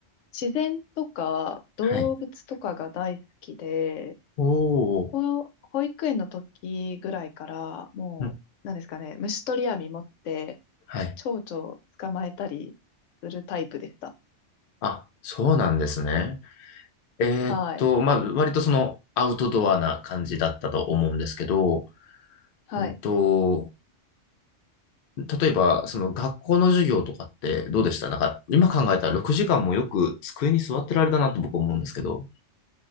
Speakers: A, on the left (about 80°); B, on the left (about 60°).
A: 自然とか動物とかが大好きで、
B: はい。おお。
A: 保保育園の時ぐらいからもう、
B: うん。
A: なんですかね、虫取り網持って
B: はい。
A: 蝶々捕まえたりするタイプでした。
B: あ、そうなんですね。えーっと、
A: はい。
B: まあ、割とその、アウトドアな感じだったと思うんですけど、
A: はい。
B: うんと、例えば、その学校の授業とかってどうでしたなんか、今考えたら6時間もよく机に座ってられたなと僕思うんですけど。